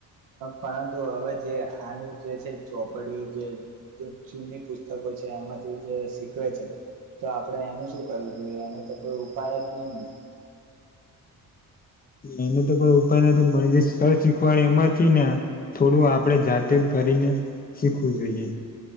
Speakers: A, on the right (about 70°); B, on the left (about 25°).
A: પરંતુ હવે જે આનું જે છે ચોપડી છે, જે જૂની પુસ્તકો છે, એમાંથી જે શીખવે છે, તો આપડે એનું શું કરવું જોઈએ? એનો તો કોઈ ઉપાય જ નહીં ને.
B: એને તો કોઈ ઉપાય નથી મળી, જે સર શીખવાડે એમાંથી, ને થોડું આપડે જાતે કરીને શીખવું જોઈએ.